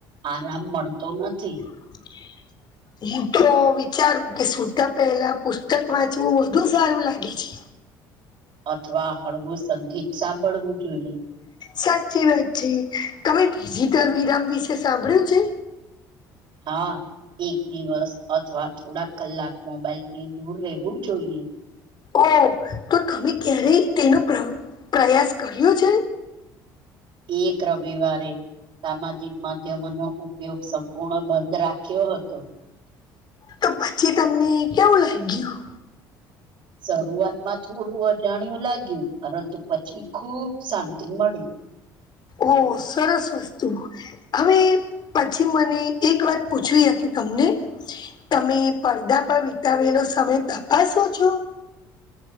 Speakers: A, on the right; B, on the left.
A: આરામ મળતો નથી.
B: <unintelligible> હું તો વિચારું કે, સુતા પહેલા પુસ્તક વાંચવું વધુ સારું લાગે છે.
A: અથવા હળવું સંગીત સાંભળવું જોઈએ.
B: સાચી વાત છે. તમે ડિજિટલ વિરામ વિશે સાંભળ્યું છે?
A: હા, એક દિવસ અથવા થોડાક કલાક મોબાઈલ થી દૂર રહેવું જોઈએ.
B: ઓ તો તમે ક્યારેય તેનો પ્રયાસ કર્યો છે.
A: એક રવિવારે સામાજિક માધ્યમ નો ઉપયોગ સંપૂર્ણ બંધ રાખ્યો હતો.
B: તો પછી તમને કેવું લાગ્યું?
A: શરૂઆતમાં થોડું અજાણ્યું લાગ્યું પરંતુ પછી ખુબ શાંતિ મળી.
B: ઓ સરસ વસ્તુ. હવે પછી મને એક વાત પૂછવી કે તમને? તમે પડદા પર વિતાવેલો સમય તપાસો છો?